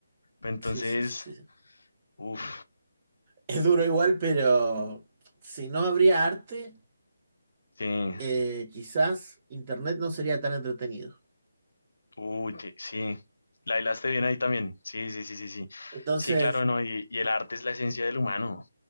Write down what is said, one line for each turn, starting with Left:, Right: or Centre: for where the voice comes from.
Left: Entonces,
Right: sí, sí, sí, sí. sí.
Left: uff,
Right: Es duro igual, pero si no habría arte,
Left: sí,
Right: eh, quizás Internet no sería tan entretenido.
Left: Uy, que sí, la hilaste bien ahí también. Sí, sí, sí, sí, sí.
Right: Entonces,
Left: Sí, claro, no, y, y el arte es la esencia del humano.